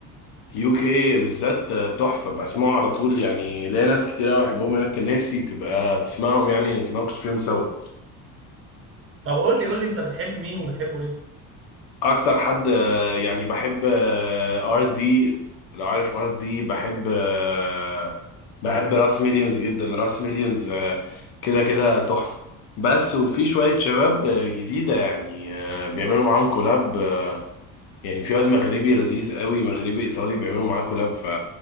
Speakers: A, on the left; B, on the right.
A: يو كي بالذات تحفة بسمعه على طول يعني ليا ناس كتير قوي بحبهم هناك كان نفسي تبقى بتسمعهم يعني نتناقش فيهم سوا
B: طب قول لي قول لي انت بتحب مين وبتحبه ليه
A: أكتر حد آه، يعني بحب ار دي لو عارف ار دي بحب آه، بحب راس مليونز جدا راس مليونز آه، كده كده تحفة بس وفي شوية شباب آه، جديدة يعني آه، بيعملوا معاهم كولاب يعني في واد مغربي لذيذ قوي مغربي ايطالي بيعملوا معاه كولاب ف